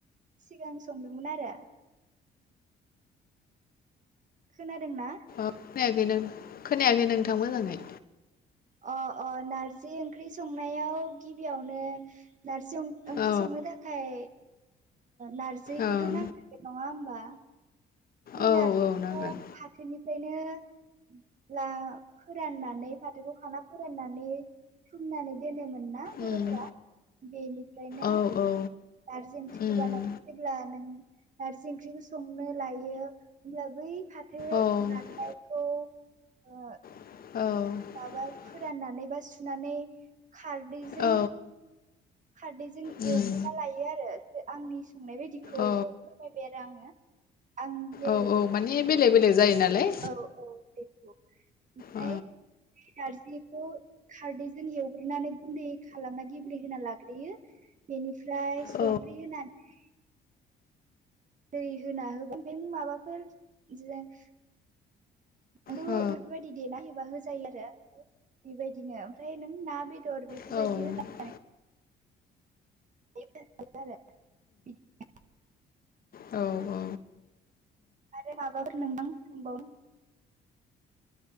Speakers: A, on the right; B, on the left.
A: सिगां संदोंमोन आरो। खोनादोंना?
B: खोनायाखै नों खोनायाखै नोंथां? मोजाङै
A: अ अ नारजि ओंख्रि संनायाव गिबियावनो नारजि ओंख्रि
B: औ
A: संनो थाखाय नार्जिखौथ'
B: ओं
A: नांखागौ नङा होमबा? बे
B: औ
A: नारजिखौ
B: औ नांगोन
A: फाथोनिफ्रायनो <unintelligible> फोराननानै फाथोखौ खाना फोराननानै सुमनानै दोनोमोन। ना बर'फोरा
B: उम
A: बेनिफ्रायनो
B: औ
A: नारजि
B: औ
A: ओंख्रिखौ
B: उम
A: बानाया जेब्ला नों नारजि ओंख्रिखौ संनो लायो होमब्ला बै फाथो
B: औ
A: राननायखौ ओ
B: औ।
A: माबा फोराननानै बा सुनानै खारदैजों
B: औ
A: खारदैजों
B: उम
A: एवग्रोना लायो आरो आंनि संनाय बायदिखौबो
B: औ
A: फोरमायबाय आरो आङो। आं जेरैबायदि
B: औ औ मानि बेलेग-बेलेग जायो। नालाय
A: औ औ बेखौ ओमफ्राय,
B: औ
A: बे नारजि <unintelligible> खारदैजों एवग्रोनानै गुन्दै खालामना गेब्लेहा लाग्रोयो बेनि ओमफ्राय संख्रि
B: औ
A: होनानै दै होना होबाय ओमफाय माबाफोर जे आरू
B: औ
A: बेफोरबायदि देना होबा होजायो आरो बेबायदिनो ओमफ्राय नों ना बे दर बेफोरबायदि
B: औ उम
A: होदा <unintelligible>
B: औ औ
A: आरो माबाफोर नोंदां सोंबावनो